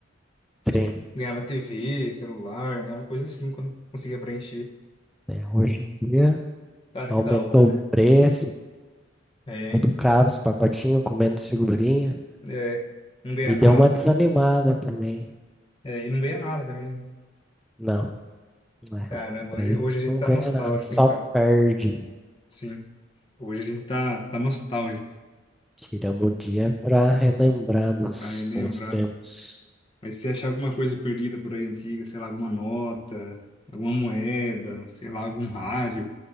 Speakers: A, on the left; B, in the centre.
A: Tipo,
B: Sim,
A: ganhava TV, celular, ganhava coisa assim quando conseguia preencher.
B: né? Hoje em dia
A: Cara,
B: aumentou
A: que da hora, né?
B: o preço,
A: É,
B: muito
A: então.
B: caro, os pacotinhos com menos figurinha,
A: É, não ganha
B: e
A: nada.
B: deu uma desanimada também.
A: É, e não ganha nada também. né?
B: Não, né?
A: Caramba,
B: Isso
A: hoje,
B: aí
A: hoje a gente
B: não
A: tá
B: ganha
A: nostálgico,
B: nada, só
A: hein, cara?
B: perde.
A: Sim. Hoje a gente tá, tá nostálgico
B: Tiramos o dia pra relembrar dos
A: pra relembrar.
B: bons tempos.
A: Mas se achar alguma coisa perdida por aí antiga, sei lá, alguma nota, alguma moeda, sei lá, algum rádio.